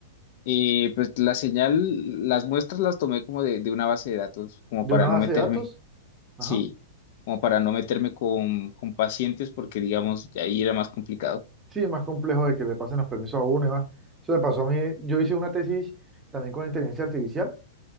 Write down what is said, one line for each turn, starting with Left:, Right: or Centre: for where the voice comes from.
Left: Y pues la señal, las muestras las tomé como de, de una base de datos, como
Right: De
Left: para
Right: una
Left: no
Right: base
Left: meterme,
Right: de datos, ajá.
Left: sí, como para no meterme con, con pacientes porque digamos, ahí era más complicado.
Right: Sí, es más complejo de que le pasen los permisos a uno y más. Eso me pasó a mí. Yo hice una tesis también con inteligencia artificial,